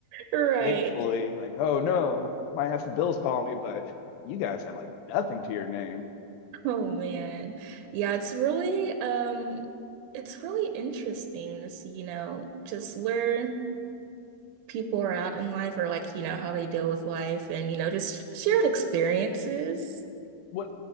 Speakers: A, on the right; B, on the left.
A: Right.
B: Thankfully, like, oh no, might have some bills call me, but you guys have like nothing to your name.
A: Oh man. Yeah, it's really um it's really interesting to see, you know, just where people are out in life or like, you know, how they deal with life and, you know, just shared experiences.
B: what